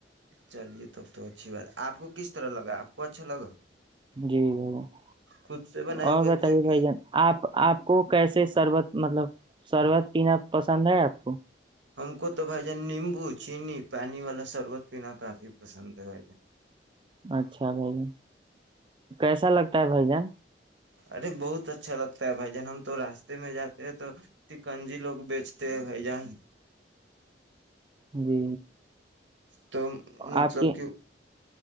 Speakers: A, on the right; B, on the right.
A: چلیے تب تو اچھی بات آپ کو کس طرح لگا آپ کو اچھا لگا
B: جی بھائی ج
A: خود سے بنائے
B: اور
A: ہوئے
B: بتائیے
A: تھے
B: بھائی
A: کہ
B: جان آپ آپ کو کیسے سربت مطلب شربت پینا پسند ہے آپ کو
A: ہم کو تو بھائی جان نیمبو چینی پانی والا شربت پینا کافی پسند ہے بھائی جان
B: اچھا بھائی جن کیسا لگتا ہے بھائی جان
A: ارے بہت اچھا لگتا ہے بھائی جان ہم تو راستے میں جاتے ہیں تو سکنجی لوگ بیچتے ہیں بھائی جان
B: جی
A: تو مطلب
B: آپ کی
A: کہ